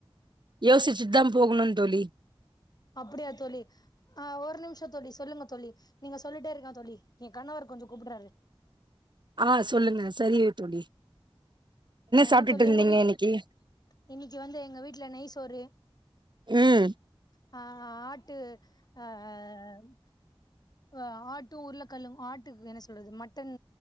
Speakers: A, on the right; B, on the left.
A: யோசிச்சுட்டு தா போகணு தோழி
B: அப்புடியா தோழி ஆ ஒரு நிம்ஷோ தோழி சொல்லுங்க தோழி நீங்க சொல்லிட்டே இருங்க தோழி எ கணவர் கொஞ்சோ கூப்படுறாரு
A: ஆ சொல்லுங்க சரிக தோழி
B: ஆ என்ன
A: சாப்ட்டுட்டு
B: தோழி
A: இருந்தீங்க
B: உங்க வீட்
A: இன்னைக்கு?
B: இன்னிக்கி வந்து எங்க வீட்ல நெய் சோறு
A: ம்
B: ஆ ஆட்டு அ அ அ அ ஆட்டு உருளக்கெழங்கு ஆட்டுக்கு என்ன சொல்றது மட்டன்